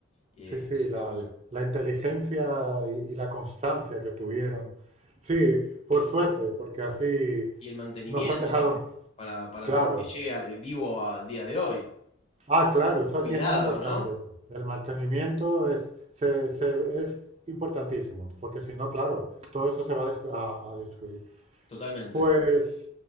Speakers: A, on the left; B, on the right.
A: Y, eh,
B: Sí, sí,
A: así
B: la,
A: que bueno.
B: la inteligencia y, y la constancia que tuvieron. Sí, por suerte, porque así
A: Y el mantenimiento
B: nos han dejado,
A: también, para, para
B: claro.
A: que llegue a- vivo al día de hoy.
B: Ah, claro, eso
A: Cuidado,
B: aquí es muy importante.
A: ¿no?
B: El mantenimiento es, se- se- es importantísimo, porque si no, claro, todo eso se va a, des- a- a destruir.
A: Totalmente.
B: Pues